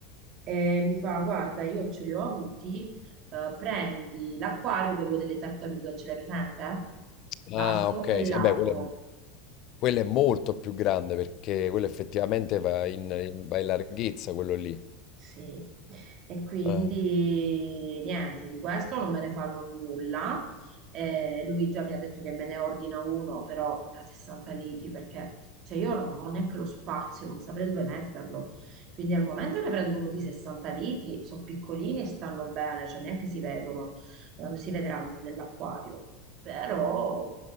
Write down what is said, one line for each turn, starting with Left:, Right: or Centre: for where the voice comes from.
Right: E mi fa, guarda, io ce li ho avuti, eh, prendi l'acquario, quello delle tartarughe, ce l'hai presente? Basso
Left: Ah, ok,
Right: e
Left: sì,
Right: largo.
Left: eh beh, quello è, quello è molto più grande perché quello effettivamente va in, in- va in larghezza, quello lì.
Right: Sì, e quindi
Left: Eh,
Right: niente, di questo non me ne farò nulla. Eh, lui già mi ha detto che me ne ordina uno, però da 60 litri, perché cioè, io non ho neanche lo spazio, non saprei dove metterlo. Quindi al momento ne prendo uno di 60 litri, sono piccolini e stanno bene, cioè neanche si vedono, eh, si vedranno nell'acquario. Però